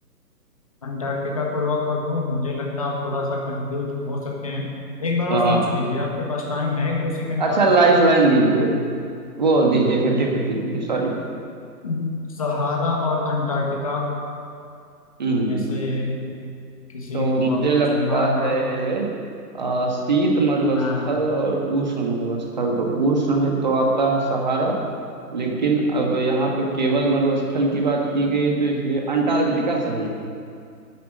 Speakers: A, on the left; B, on the right.
A: Antarctica को लॉक कर दूं मुझे लगता है आप थोड़ा सा कंफ्यूज हो सकते हैं एक बार और
B: हाँ
A: सोच लीजिए आपके पास टाइम है एक दो सेकंड
B: अच्छा
A: का
B: लाइफ लाइन दीजिए वो दीजिए फिफ्टी फिफ्टी दीजिए सॉरी
A: हम्म। सहारा और अंटार्कटिका
B: हम्म
A: में से किसी
B: तो मुझे
A: को आपको
B: लगता
A: चुनना होगा
B: है आ, शीत मरुस्थल
A: हाँ
B: और उष्ण मरुस्थल तो उष्ण में तो आता है सहारा लेकिन अब यहाँ पे केवल मरुस्थल की बात की गई है तो इसलिए अंटार्कटिका सही है